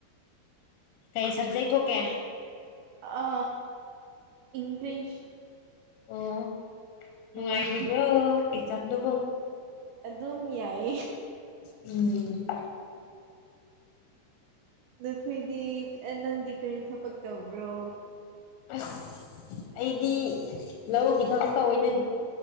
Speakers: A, on the left; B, on the right.
A: ꯀꯩ ꯁꯕꯖꯦꯛ ꯊꯣꯛꯀꯦ
B: ꯑ ꯏꯪꯂꯤꯁ
A: ꯑꯣ ꯅꯨꯡꯉꯥꯏꯈꯤꯕ꯭ꯔꯣ
B: ꯍꯣꯏ
A: ꯑꯦꯛꯖꯥꯝꯗꯨꯕꯣ
B: ꯑꯗꯨꯝ ꯌꯥꯏ
A: ꯎꯝ
B: ꯅꯈꯣꯏꯗꯤ ꯅꯪꯗꯤ ꯀꯔꯤ ꯊꯕꯛ ꯇꯧꯕ꯭ꯔꯣ
A: ꯑꯁ ꯑꯩꯗꯤ ꯂꯧꯒꯤ ꯊꯕꯛ ꯇꯧꯋꯤꯅꯦ